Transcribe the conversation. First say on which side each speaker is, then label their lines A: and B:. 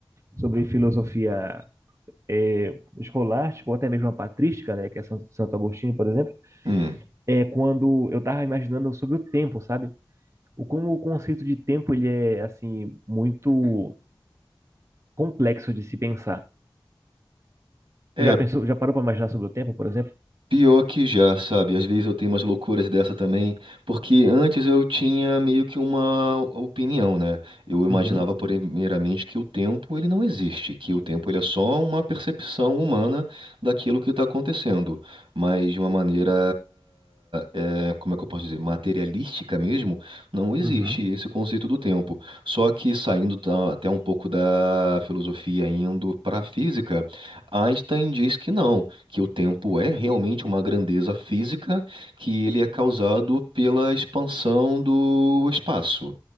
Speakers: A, on the right; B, on the right.
A: sobre filosofia eh, escolástica, ou até mesmo a patrística, né, que é San- Santo Agostinho, por exemplo,
B: Hum.
A: é quando eu tava imaginando sobre o tempo, sabe? O como o conceito de tempo ele é assim muito complexo de se pensar.
B: É,
A: Tu já pensou, já parou para imaginar sobre o tempo, por exemplo?
B: Pior que já, sabe? Às vezes eu tenho umas loucuras dessa também, porque antes eu tinha meio que uma opinião, né? Eu imaginava
A: Uhum,
B: primeiramente que o tempo ele não existe, que o tempo ele é só uma percepção humana daquilo que está acontecendo, mas de uma maneira, é, como é que eu posso dizer, materialística mesmo, não existe
A: uhum.
B: esse conceito do tempo. Só que saindo da- até um pouco da filosofia, indo para a física, Einstein diz que não que o tempo é realmente uma grandeza física, que ele é causado pela expansão do espaço.